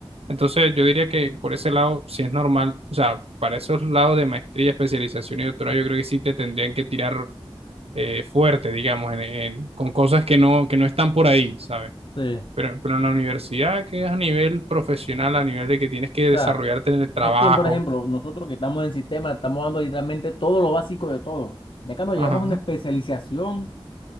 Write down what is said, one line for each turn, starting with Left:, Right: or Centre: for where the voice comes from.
Right: Entonces, yo diría que por ese lado, si es normal, o sea, para esos lados de maestría, especialización y doctorado, yo creo que sí te tendrían que tirar eh, fuerte, digamos, en, en- con cosas que no, que no están por ahí, ¿sabes?
Left: sí. O
Right: Pero, pero en la universidad, que es a nivel profesional, a nivel de que tienes que
Left: sea,
Right: desarrollarte en el trabajo,
Left: Es que, por ejemplo, nosotros que estamos en sistema, estamos dando literalmente todo lo básico de todo. Ya cuando llegamos
Right: ajá,
Left: a una especialización,